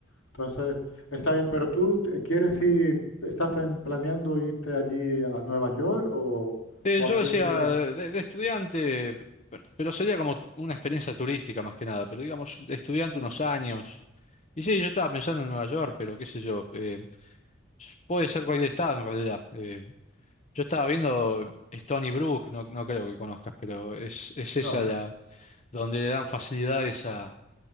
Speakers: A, on the left (about 75°); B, on the left (about 35°).
A: Entonces, está bien, pero tú te- quieres ir, estás plan- planeando irte allí a Nueva York o,
B: Eh,
A: o
B: yo
A: a qué
B: decía,
A: ciudad?
B: de, de estudiante, pero pero sería como una experiencia turística más que nada, pero digamos, de estudiante unos años. Y sí, yo estaba pensando en Nueva York, pero qué sé yo, eh, s- puede ser cualquier estado en realidad. Eh, yo estaba viendo Stony Brook, no, no creo que conozcas, pero es, es
A: No.
B: esa la, donde le dan facilidades a,